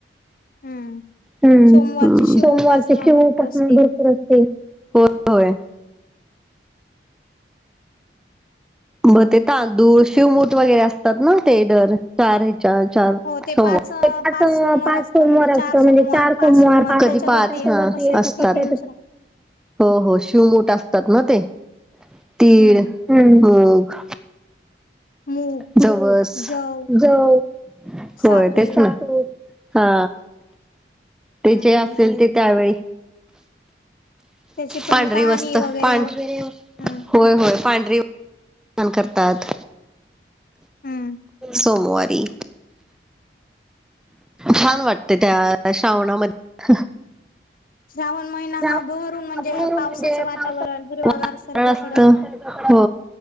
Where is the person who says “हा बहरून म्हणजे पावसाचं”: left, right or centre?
Left